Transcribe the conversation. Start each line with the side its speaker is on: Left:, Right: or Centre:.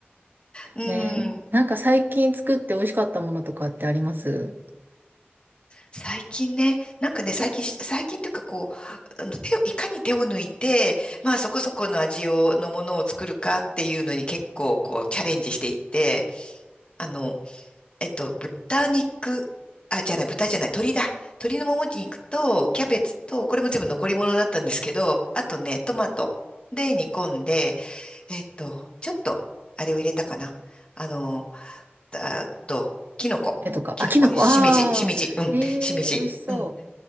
Left: うん。
Right: ね、なんか最近作って美味しかったものとかってあります
Left: 最近ね、なんかね、最近し、最近というかこう、あの手を、いかに手を抜いて、まあそこそこの味を、のものを作るかっていうのに結構こうチャレンジしていて、あの、えっと、豚肉、あ、じゃない、豚じゃない、鶏だ。鶏のもも肉と、キャベツと、これも全部残り物だったんですけど、あとね、トマトで煮込んで、えっと、ちょっと、あれを入れたかな。あの、あと、キノコ。
Right: えとか、
Left: キノコ、
Right: あ、きのこ、
Left: しめじ、
Right: ああ、
Left: しめじ、うん、
Right: ええー、
Left: しめじ。
Right: 美味しそ
Left: うん